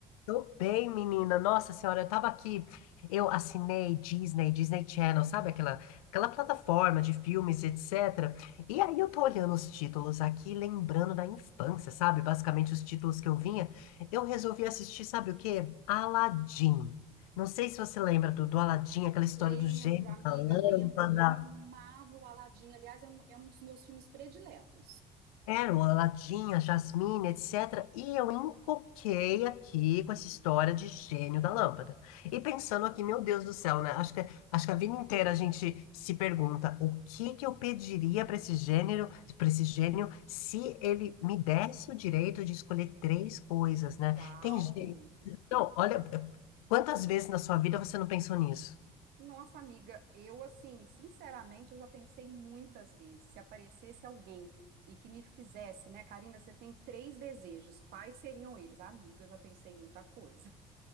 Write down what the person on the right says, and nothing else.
Lembro,
amiga,
lembro, eu amava o Aladim. Aliás, é um, é um dos meus filmes prediletos.
Uau!
Nossa, amiga, eu assim, sinceramente, eu já pensei muitas vezes, se aparecesse alguém e que me fizesse, né, Karina, você tem três desejos, quais seriam eles? Amiga, eu já pensei em muita coisa.